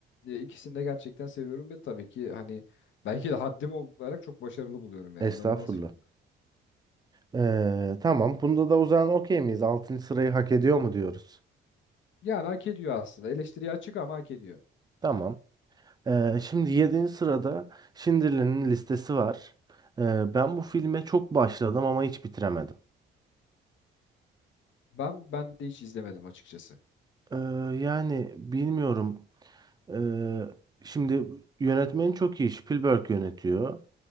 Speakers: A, on the left; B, on the right.
A: e, ikisini de gerçekten seviyorum ve tabii ki hani belki de haddim olarak çok başarılı buluyorum yani
B: Estağfurullah.
A: inanılmaz film.
B: Ee, tamam. Bunda da o zaman okey miyiz? 6. sırayı hak ediyor mu diyoruz?
A: Yani hak ediyor aslında eleştiriye açık ama hak ediyor.
B: Tamam. Ee, şimdi yedinci sırada Schindler'in listesi var. Ee, ben bu filme çok başladım ama hiç bitiremedim.
A: Ben ben de hiç izlemedim açıkçası.
B: Ee, yani bilmiyorum. Ee, şimdi yönetmeni çok iyi. Spielberg yönetiyor.